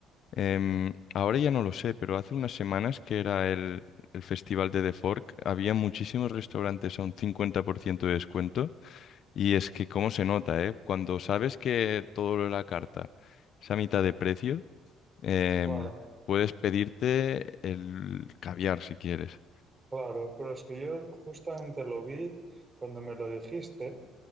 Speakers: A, on the left (about 60°); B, on the right (about 25°).
A: Em, ahora ya no lo sé, pero hace unas semanas que era el, el festival de The Fork, había muchísimos restaurantes a un 50% de descuento y es que cómo se nota, ¿eh? Cuando sabes que todo lo de la carta es a mitad de precio, em,
B: claro,
A: puedes pedirte el caviar si quieres.
B: claro, pero es que yo justamente lo vi cuando me lo dijiste.